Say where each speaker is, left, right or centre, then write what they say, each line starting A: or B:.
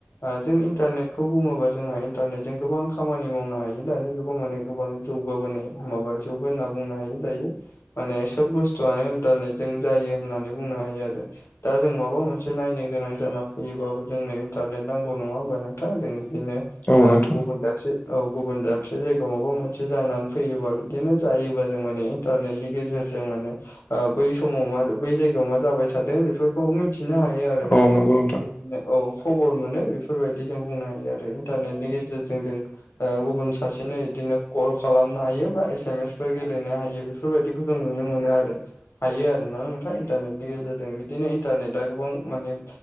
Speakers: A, on the left (about 80°); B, on the left (about 40°).
A: ओ जों इन्टारनेटखौ बुङोबा जोंहा इन्टारनेटजों गोबां खामानि मावनो हायो दानि जुगाव माने गोबां जौगाबोनाय माबा जुग होनना बुंनो हायो दायो। माने सोब बुस्थुआनो इन्टारनेटजों जायो होननानै बुंनो हायो आरो। दा जों माबा मोनसे नायनो गोनां जाना फैयोबाबो जोंनो इन्टारनेट नांगौ नङा होमबा नोंथां जों बिदिनो
B: औ
A: ओ
B: नोंथां
A: गुबुन दाबसे औ गुबुन दाबसे जायगायाव माबा मोनसे बि जानानै फैयोबा बिदिनो जायोबा जों माने इन्टारनेटनि गेजेरजों माने बै समाव मा बै जायगायाव मा जाबाय थादों बेफोरखौ मिथिनो हायो आरो माने
B: औ नंगौ नोंथां
A: औ खबर मोनो बेफोरबायदि जों बुंनो हायो आरो इन्टारनेटनि गेजेरजों जों ओ गुबुन सासेनो बिदिनो कल खालामनो हायो बा एस एम एस फोर गेलेनो हायो बेफोरबायदिखौ जों नुनो मोनो आरो हायो आरोना नोंथा इन्टारनेटनि गेजेरजों बिदिनो इन्टारनेटआ गोबां माने